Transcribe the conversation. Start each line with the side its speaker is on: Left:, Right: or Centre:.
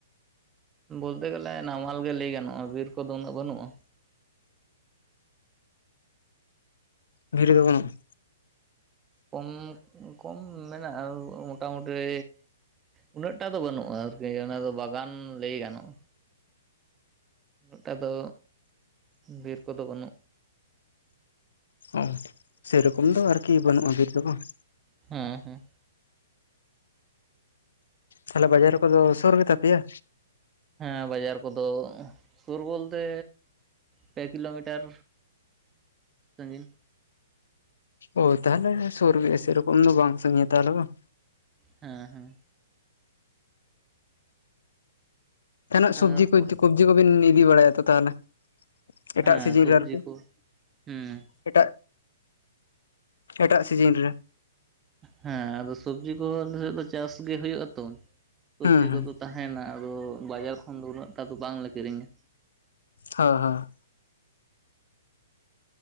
Right: ᱵᱚᱞᱛᱮ ᱜᱮᱞᱮ ᱱᱟᱢᱟᱞ ᱜᱮ ᱞᱟᱹᱭ ᱜᱟᱱᱚᱜ-ᱟ ᱵᱤᱨ ᱠᱚᱫᱚ ᱩᱱᱟᱹᱜ ᱵᱟᱹᱱᱩᱜ-ᱟ᱾
Left: ᱵᱤᱨ ᱠᱚᱫᱚ ᱵᱟᱹᱱᱩᱜ-ᱟ᱾
Right: ᱠᱚᱢ, ᱠᱚᱢ ᱢᱮᱱᱟᱜ-ᱟ ᱢᱚᱴᱟᱢᱩᱴᱤ᱾ ᱩᱱᱟᱹᱜ ᱴᱟ ᱫᱚ ᱵᱟᱹᱱᱩᱜ-ᱟ ᱟᱨᱠᱤ, ᱚᱱᱟ ᱫᱚ ᱵᱟᱜᱟᱱ ᱞᱟᱹᱭ ᱜᱟᱱᱚᱜ-ᱟ᱾ ᱩᱱᱟᱹᱜ ᱴᱟ ᱫᱚ ᱵᱤᱨ ᱠᱚᱫᱚ ᱵᱟᱹᱱᱩᱜ᱾
Left: ᱚ, ᱥᱮᱨᱚᱠᱚᱢ ᱫᱚ ᱟᱨᱠᱤ ᱵᱟᱹᱱᱩᱜ-ᱟ ᱵᱤᱨ ᱫᱚ ᱵᱟᱝ?
Right: ᱦᱮᱸ ᱦᱮᱸ᱾
Left: ᱛᱟᱦᱞᱮ ᱵᱟᱡᱟᱨ ᱠᱚᱫᱚ ᱥᱩᱨ ᱜᱮᱛᱟ ᱯᱮᱭᱟ?
Right: ᱦᱮᱸ ᱵᱟᱡᱟᱨ ᱠᱚᱫᱚ ᱥᱩᱨ ᱵᱚᱞᱛᱮ ᱯᱮ ᱠᱤᱞᱳᱢᱤᱴᱟᱨ᱾ ᱥᱟᱺᱜᱤᱧ᱾
Left: ᱳ, ᱛᱟᱦᱞᱮ ᱥᱩᱨ ᱜᱮᱭᱟ᱾ ᱥᱮᱨᱚᱠᱚᱢ ᱫᱚ ᱵᱟᱝ ᱥᱟᱺᱜᱤᱧᱟ ᱛᱟᱦᱞᱮ ᱵᱟᱝ?
Right: ᱦᱮᱸ ᱦᱮᱸ᱾
Left: ᱛᱤᱱᱟᱹᱜ
Right: ᱛᱟᱨᱯᱚᱨ
Left: ᱥᱚᱵᱽᱡᱤ ᱠᱚ ᱥᱚᱵᱽᱡᱤ ᱠᱚᱵᱤᱱ ᱤᱫᱤ ᱵᱟᱲᱟᱭᱟ ᱛᱚ ᱛᱟᱦᱞᱮ? ᱮᱴᱟᱜ
Right: ᱦᱮᱸ
Left: ᱥᱤᱡᱤᱱ
Right: ᱥᱚᱵᱽᱡᱤ
Left: ᱨᱮ ᱟᱨᱠᱤ,
Right: ᱠᱚ ᱦᱩᱸ
Left: ᱮᱴᱟᱜ? ᱮᱴᱟᱜ ᱥᱤᱡᱤᱱ ᱨᱮ᱾
Right: ᱦᱮᱸ, ᱟᱫᱚ ᱥᱚᱵᱡᱤ ᱠᱚ ᱟᱞᱮ ᱥᱮᱫ ᱫᱚ ᱪᱟᱥ ᱜᱮ ᱦᱩᱭᱩᱜ-ᱟ ᱛᱚ ᱥᱚᱵᱡᱤ
Left: ᱦᱩᱸ ᱦᱩᱸ
Right: ᱠᱚᱫᱚ᱾ ᱛᱟᱦᱮᱱᱟ ᱟᱫᱚ ᱵᱟᱡᱟᱨ ᱠᱷᱚᱱ ᱫᱚ ᱩᱱᱟᱹᱜ ᱴᱟ ᱫᱚ ᱵᱟᱝᱞᱮ ᱠᱤᱨᱤᱧᱟ᱾
Left: ᱦᱚᱸ ᱦᱚᱸ᱾